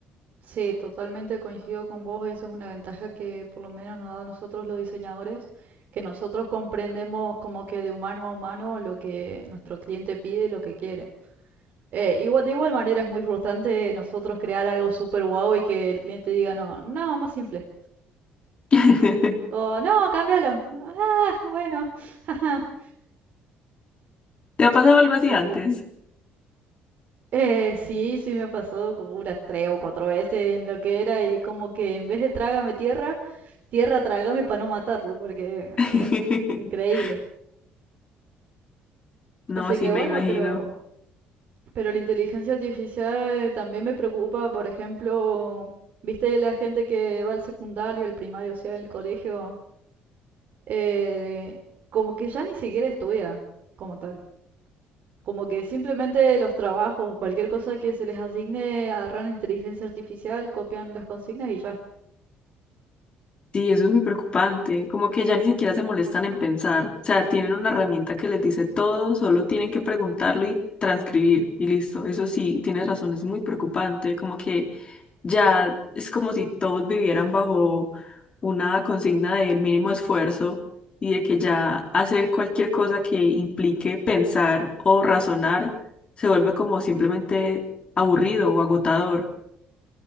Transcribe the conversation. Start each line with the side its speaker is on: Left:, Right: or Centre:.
Right: Sí, totalmente coincido con vos, eso es una ventaja que por lo menos nos da a nosotros los diseñadores, que nosotros comprendemos como que de humano a humano lo que nuestro cliente pide y lo que quiere. Eh, igual, de igual manera es muy frustrante nosotros crear algo súper guau y que el cliente diga, no, no, más simple.
Left: <laughs>
Right: O no, cámbialo. Ah, bueno. <laughs> ajá".
Left: ¿Te ha pasado algo así
Right: Así
Left: antes?
Right: que, Eh, sí, sí me ha pasado como unas tres o cuatro veces en lo que era y como que en vez de trágame tierra, tierra trágame para no matarlo, porque
Left: <laughs>
Right: ah, era increíble.
Left: No,
Right: Así
Left: sí,
Right: que
Left: me
Right: bueno,
Left: imagino.
Right: pero, pero la inteligencia artificial también me preocupa, por ejemplo, viste la gente que va al secundario, al primario, o sea, al colegio eh, como que ya ni siquiera estudia como tal. Como que simplemente los trabajos, cualquier cosa que se les asigne, agarran inteligencia artificial, copian las consignas y ya.
Left: Sí, eso es muy preocupante. Como que ya ni siquiera se molestan en pensar. O sea, tienen una herramienta que les dice todo, solo tienen que preguntarlo y transcribir y listo. Eso sí, tienes razón, es muy preocupante. Como que ya es como si todos vivieran bajo una consigna del mínimo esfuerzo y de que ya hacer cualquier cosa que implique pensar o razonar se vuelve como simplemente aburrido o agotador.